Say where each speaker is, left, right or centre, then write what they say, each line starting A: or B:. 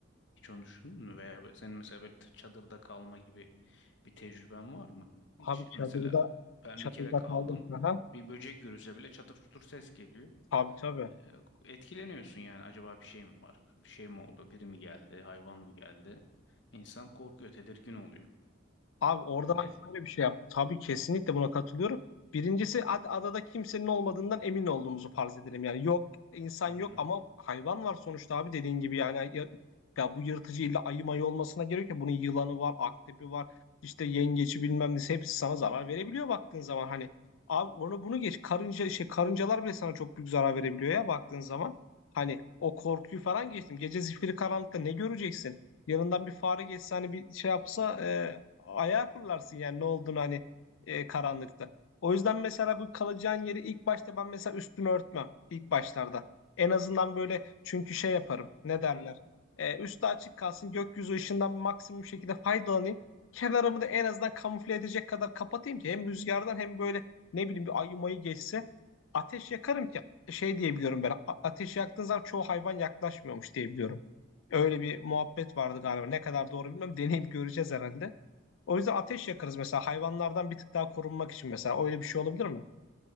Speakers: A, on the left; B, on the left.
A: Hiç onu düşündün mü? Veya senin mesela böyle t- çadırda kalma gibi bir tecrüben var mı? Hiç
B: Abi çadırda
A: mesela ben
B: çadırda
A: bir kere kaldım.
B: kaldım. Aha.
A: Bir böcek görürse bile çatır çutur ses geliyor.
B: Tabii tabii.
A: Ee, etkileniyorsun yani. Acaba bir şey mi var? Bir şey mi oldu? Biri mi geldi? Hayvan mı geldi? İnsan korkuyor, tedirgin oluyor.
B: Abi orada
A: Öyle değil
B: ben
A: mi?
B: şöyle bir şey yaptım. Tabii kesinlikle buna katılıyorum. Birincisi ad- adada kimsenin olmadığından emin olduğumuzu farz edelim. Yani yok insan
A: Hı
B: yok
A: hı.
B: ama hayvan var sonuçta abi dediğin gibi yani ya, ya bu yırtıcı illa ayı mayı olmasına gerek yok. Bunun yılanı var, akrebi var, işte yengeci bilmem nesi hepsi sana zarar verebiliyor baktığın zaman hani. Abi onu bunu geç karınca şey karıncalar bile sana çok büyük zarar verebiliyor ya baktığın zaman. Hani o korkuyu falan geçtim. Gece zifiri karanlıkta ne göreceksin? Yanından bir fare geçse hani bir şey yapsa e, ayağa fırlarsın yani ne olduğunu hani e, karanlıkta. O yüzden mesela bu kalacağın yeri ilk başta ben mesela üstünü örtmem ilk başlarda. En azından böyle çünkü şey yaparım ne derler. E, üstü açık kalsın gökyüzü ışığından maksimum şekilde faydalanayım. Kenarımı da en azından kamufle edecek kadar kapatayım ki hem rüzgardan hem böyle ne bileyim bir ayı mayı geçse. Ateş yakarım ki e, şey diyebiliyorum ben. a- Ateş yaktığın zaman çoğu hayvan yaklaşmıyormuş diyebiliyorum. Öyle bir muhabbet vardı galiba.
A: Hı.
B: Ne kadar doğru bilmiyorum. <laughs> Deneyip göreceğiz herhalde. O yüzden ateş yakarız mesela hayvanlardan bir tık daha korunmak için mesela. Öyle bir şey olabilir mi?